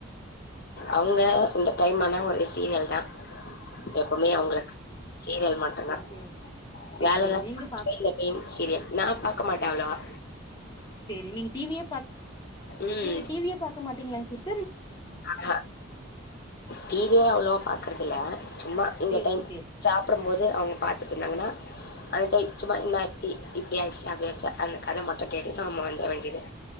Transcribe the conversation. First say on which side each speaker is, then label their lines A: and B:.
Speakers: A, on the left (about 50°); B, on the left (about 20°).
A: அவங்க இந்த டைமந் தனா ஒரு சீரியல் தா எப்பவ்மே
B: ஓ
A: அவங்களுக் சீரியல் மட்டுந்தா
B: ஓகே ஓகே சேரிங்க
A: வேலெல்லா
B: நீங்க
A: முடிச்சிடு
B: பா
A: இந்த டெய்ம் சீரியல் நா பாக்க மாட்டே அவ்வளவா
B: சேரி நீங்க டி வி யே பாக்
A: ம்
B: நீங்க டிவியே பாக்க மாட் டிங்களா சிஸ்
A: ஆஹா டி வி யே அவ்வளவா பாக்குறதில்ல சும்மா இந்த
B: சேரிங்க
A: டைம்
B: சேரி
A: சாப்படமோது அவ்ங்க பாத்திட்டு இருந்தாங்கன்னா அந்த டெய்ம் சும்மா இன்னாச்சி இப்டி ஆயிச்சா அப்டியாச்சா அந்த கத மட்டு கேட்டுட்டு நம்மா வந்துர வேண்டியது